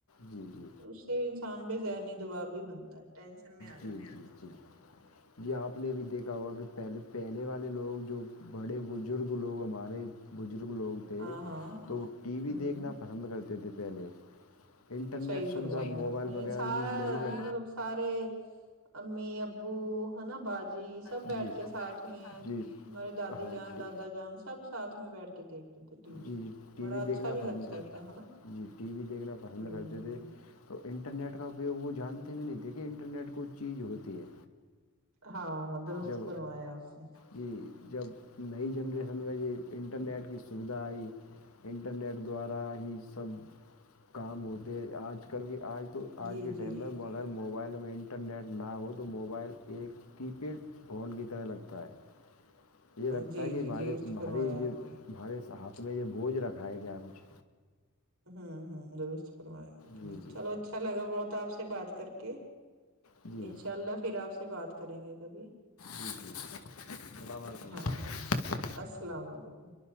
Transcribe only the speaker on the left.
جی جی
جی
جی
جی جی آپ نے بھی دیکھا ہوا کہ پہلے پہلے والے لوگ جو بڑے بزرگ لوگ ہمارے بزرگ لوگ تھے
تو وہ ٹی وی
دیکھنا پرحم رہتے تھے پہلے انٹرنیٹ
سویدھا موبائل
وغیرہ
یوج نہیں کر
جی
جی
ہاں
ٹی-
جی ٹی
وی
دیکھنا
پسند
جی ٹی وی دیکھنا پسند
کرتے تھے تو انٹرنیٹ کا اپیوگ وہ جانتے بھی نہیں تھے کہ انٹرنیٹ کچھ چیز ہوتی ہے
جب
جی جب نئی جنریشن میں یہ انٹرنیٹ کی سویدھا آئی انٹرنیٹ دوارا ہی سب کام ہوتے ہیں آج کل کے آج تو
آج کے ٹائم
میں اگر موبائل میں انٹرنیٹ نہ ہو تو موبائل ایک کی پیڈ فون کی طرح لگتا ہے یہ لگتا
ہے کہ
بھاری
یہ
بھارے ہاتھ میں یہ بوجھ رکھا ہے کیا کچھ
جی
جی
جی جی
جی جی اللام و علکم
<inaudible>